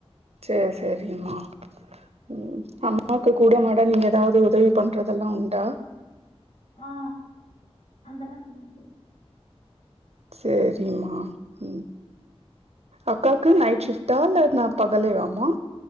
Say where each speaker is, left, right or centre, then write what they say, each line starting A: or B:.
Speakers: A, on the right (about 75°); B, on the left (about 80°).
A: சேர் சேரிமா ம் அம்மாவுக்கு கூட மாட நீ எதாவ்து உதவி பண்றதெல்லா உண்டா
B: ஆ அதெல்லா செய்வே தோழி
A: சேரிம்மா உம் அக்காக்கு நைட் ஷிஃப்ட்டா இல்ல நா பகலேவாமா